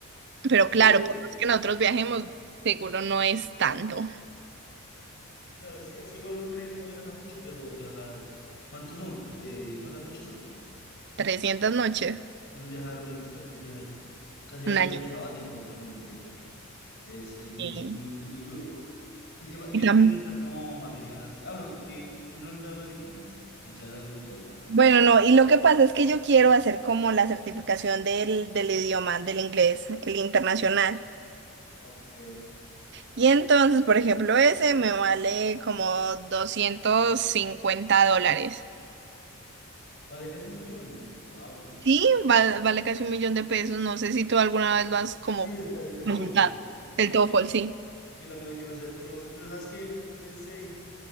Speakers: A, on the right; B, on the left.
A: pero claro,
B: Dime,
A: por más que nosotros viajemos, seguro no es tanto.
B: Claro, es que, es que igual uno cree que uno viaja mucho, pero viajar. ¿Cuántos son? Eh, ¿cuántas noches son?
A: trescientas noches,
B: Es que eso es viajar mucho tiempo, es viajar casi darte
A: un año.
B: un año sabático, imagínate. Es, es muy,
A: Sí.
B: chu- es muy, es muy duro. ¿Y qué, ma- y
A: Y
B: qué
A: tam-
B: te quieres gastar como material así? Ah, bueno, y que es la única duda que tienes. Y ya sales de todo.
A: Bueno, no, y lo que pasa es que yo quiero hacer como la certificación del, del idioma, del inglés, el internacional.
B: Ok.
A: Y entonces, por ejemplo, ese me vale como 250 dólares.
B: Vale, casi un millón. Wow.
A: Sí, vale, vale casi un millón de pesos. No sé si tú alguna vez lo has como
B: Sí, el, el, el
A: consultado.
B: double. Ok. Sí,
A: El TOEFL, sí.
B: yo también lo quiero hacer, pero, lo- pero ¿sabes qué? Pensé,